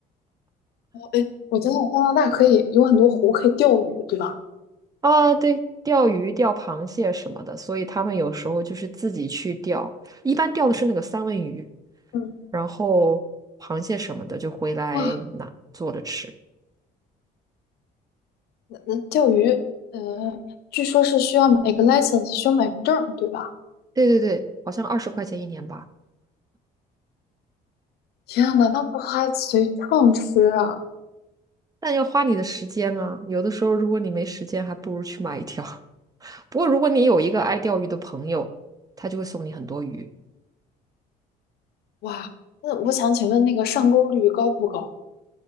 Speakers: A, on the left (about 70°); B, on the right (about 20°).
A: 哎我真的加拿大可以有很多湖可以钓鱼，对吧？
B: 啊，对，钓鱼、钓螃蟹什么的，所以他们有时候就是自己去钓，一般钓的是那个三文鱼，
A: 嗯，
B: 然后螃蟹什么的就回来拿做着吃。
A: 哇，那那钓鱼，呃，据说是需要买一个 license，需要买个证儿对吧？
B: 对对对，好像二十块钱一年吧，
A: 天呐，那不还随秤吃啊？
B: 但要花你的时间啊。有的时候如果你没时间，还不如去买一条。<laughs> 不过如果你有一个爱钓鱼的朋友，他就会送你很多鱼。
A: 哇，那我想请问那个上钩率高不高？